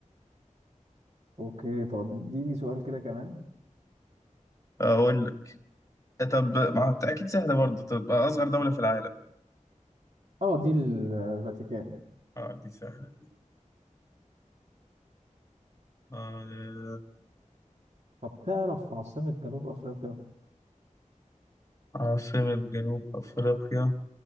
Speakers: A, on the right; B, on the left.
A: اوكي طب اديني سؤال كده كمان
B: أقول لك طب ما هو أكيد سهلة برضه طب أصغر دولة في العالم
A: اه دي الفاتيكان
B: آه دي سهلة آه.
A: طب تعرف عاصمة جنوب افريقيا
B: عاصمة جنوب أفريقيا